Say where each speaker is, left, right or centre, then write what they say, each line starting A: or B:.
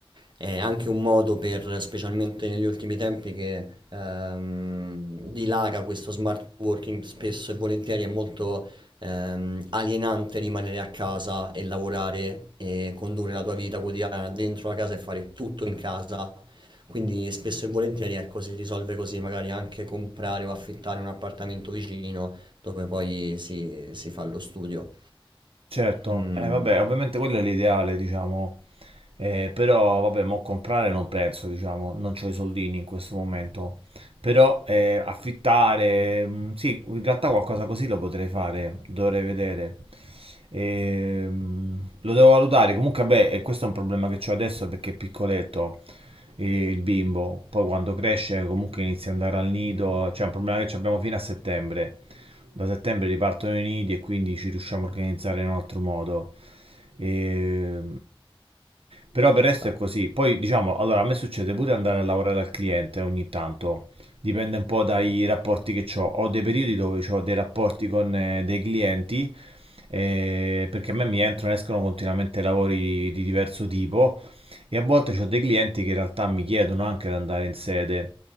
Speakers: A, on the right; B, on the right.
A: È anche un modo per, specialmente negli ultimi tempi, che ehm, dilaga questo smart working, spesso e volentieri è molto ehm, alienante rimanere a casa e lavorare e condurre la tua vita quotidiana dentro la casa e fare tutto in casa. Quindi spesso e volentieri ecco, si risolve così, magari anche comprare o affittare un appartamento vicino dove poi si, si fa lo studio.
B: Certo,
A: Mm,
B: eh, vabbè, ovviamente quello è l'ideale, diciamo. Eh, però vabbè, mo comprare non penso, diciamo, non ho i soldini in questo momento. Però eh, affittare, mm, sì, in realtà qualcosa così lo potrei fare, dovrei vedere. Ehm, lo devo valutare. Comunque, beh, e questo è un problema che ho adesso perché è piccoletto eh, il bimbo. Poi quando cresce, comunque inizia ad andare al nido. C'è un problema che abbiamo fino a settembre. Da settembre ripartono i nidi e quindi ci riusciamo a organizzare in un altro modo. E, però per
A: ci
B: il
A: sta.
B: resto è così. Poi diciamo, allora a me succede pure andare a lavorare al cliente ogni tanto. Dipende un po' dai rapporti che ho. Ho dei periodi dove ho dei rapporti con eh, dei clienti, eh, perché a me mi entrano e escono continuamente lavori di diverso tipo e a volte ho dei clienti che in realtà mi chiedono anche di andare in sede